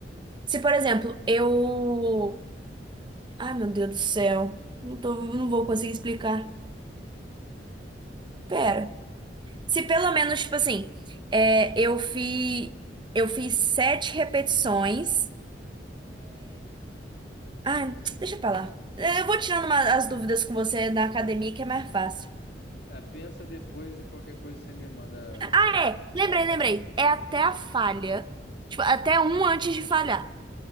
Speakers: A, on the right; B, on the left.
A: Se, por exemplo, eu Ai, meu Deus do céu. Não tô, não vou conseguir explicar. Pera. Se pelo menos, tipo assim, é, eu fiz, eu fiz sete repetições. Ah, deixa pra lá. É, Eu vou tirando uma- as dúvidas com você da academia, que é mais fácil.
B: É, pensa depois e qualquer coisa você me manda.
A: É,
B: ah,
A: lembrei, lembrei. É até a falha. Tipo, até um antes de falhar.